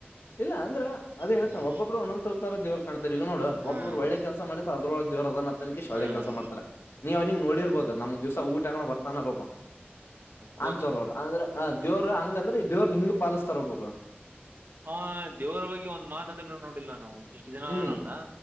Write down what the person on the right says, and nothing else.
ಹ್ಮ್
ಹ್ಮ್
ಹ್ಮ್
ಹ ಕೋಚ್
ಹಾ ದೇವರ ಬಗ್ಗೆ ಒಂದ್ ಮಾತದರು ನೋಡಿಲ್ಲ ನಾನು. ಹೌಂ <inaudible> ಇಷ್ಟು ದಿನ
ಅದಾನಲ್ಲ